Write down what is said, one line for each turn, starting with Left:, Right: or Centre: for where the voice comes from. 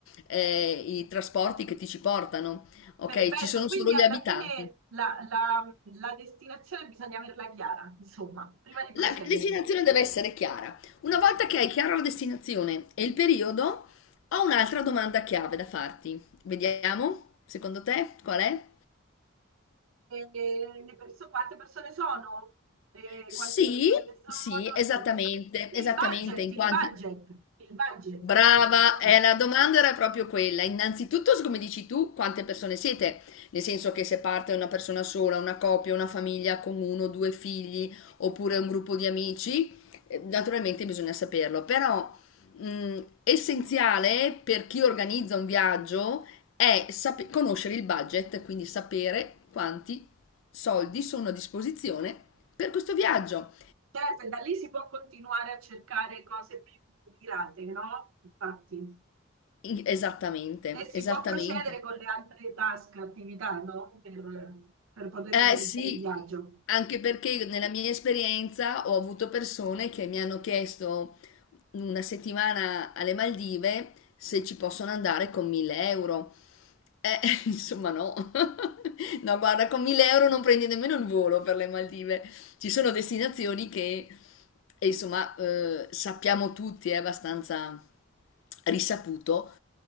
Left: eh, i trasporti che ti ci portano, ok?
Right: Perfetto,
Left: Ci sono
Right: quindi
Left: solo gli
Right: alla
Left: abitanti.
Right: fine la, la- la destinazione bisogna averla chiara, insomma, prima di
Left: La
Right: procedere.
Left: destinazione deve essere chiara. Una volta che hai chiara la destinazione e il periodo, ho un'altra domanda chiave da farti. Vediamo, secondo te, qual è?
Right: E le perso- quante persone sono? E
Left: Sì,
Right: quante persone sono?
Left: sì, esattamente,
Right: Aspetta. Il
Left: esattamente,
Right: budget,
Left: in
Right: il
Left: quanti...
Right: budget, il budget
Left: Brava,
Right: a disposizione.
Left: eh, la domanda era proprio quella. Innanzitutto, s- come dici tu, quante persone siete? Nel senso che se parte una persona sola, una coppia, una famiglia con uno o due figli, oppure un gruppo di amici, eh, naturalmente bisogna saperlo. Però, mh, essenziale per chi organizza un viaggio è sape- conoscere il budget, quindi sapere quanti soldi sono a disposizione per questo viaggio.
Right: Certo, e da lì si può continuare a cercare cose più mirate, no? Infatti.
Left: I- Esattamente,
Right: E si
Left: esattamente.
Right: può procedere con le altre task, attività, no? Per, per poter
Left: Eh
Right: organizzare
Left: sì,
Right: il viaggio.
Left: anche perché io nella mia esperienza ho avuto persone che mi hanno chiesto una settimana alle Maldive se ci possono andare con 1000 euro. Eh, <laughs> insomma no. <laughs> No, guarda, con 1000 euro non prendi nemmeno il volo per le Maldive. Ci sono destinazioni che, eh, insomma, eh, sappiamo tutti, è abbastanza risaputo,